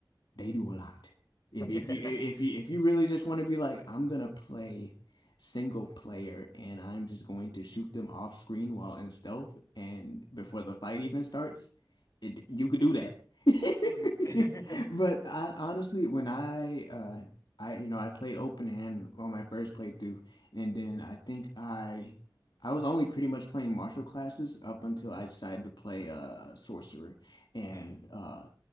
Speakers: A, on the left; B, on the left.
A: they do a lot. If
B: <laughs>
A: if you if you if you really just want to be like, I'm gonna play single player and I'm just going to shoot them off screen while in stealth and before the fight even starts, it, you could do that. <laughs>
B: mm, <laughs>
A: But I honestly, when I uh I you know I played open hand on my first playthrough, and then I think I I was only pretty much playing martial classes up until I decided to play uh sorcerer and
B: mm,
A: uh